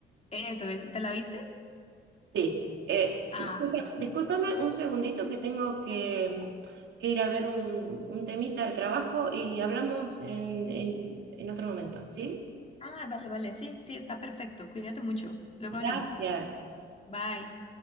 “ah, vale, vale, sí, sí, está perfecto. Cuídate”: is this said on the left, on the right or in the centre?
Left